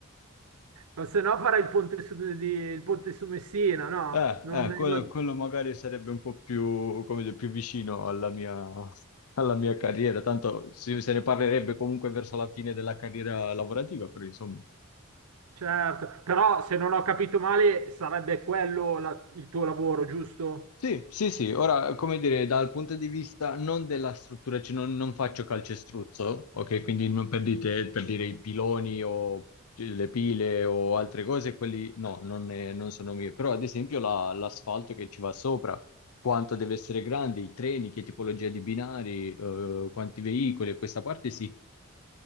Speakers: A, on the right (about 85°); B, on the left (about 85°).
A: O se no farai il ponte su, di- il ponte su Messina, no?
B: eh,
A: Non-
B: eh, quello,
A: non-
B: quello magari sarebbe un po' più, come dire, più vicino alla mia, alla mia carriera, tanto si- se ne parlerebbe comunque verso la fine della carriera lavorativa, però insomma.
A: certo, però se non ho capito male sarebbe quello la- il tuo lavoro, giusto?
B: Sì, sì, sì, ora come dire, dal punto di vista non della struttura, cioè non, non faccio calcestruzzo, ok? Quindi non per dite- per dire i piloni o le pile o altre cose, quelli no, non, ne- non sono mie, però ad esempio la- l'asfalto che ci va sopra, quanto deve essere grande, i treni, che tipologia di binari, eh, quanti veicoli, questa parte sì,